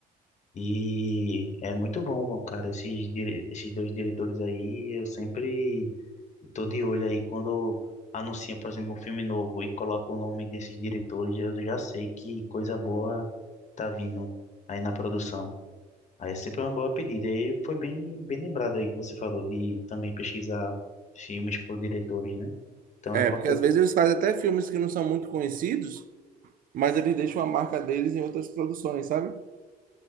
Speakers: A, on the left; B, on the right.
A: E é muito bom, cara. Esses, dire- esses dois diretores aí, eu sempre tô de olho aí. Quando anuncia, por exemplo, um filme novo e coloca o nome desses diretores, eu já sei que coisa boa tá vindo aí na produção. Aí é sempre uma boa pedida. E foi bem, bem lembrado aí que você falou de também pesquisar filmes por diretores, né? Então
B: É,
A: eu posso.
B: porque às vezes eles fazem até filmes que não são muito conhecidos, mas eles deixam a marca deles em outras produções, sabe?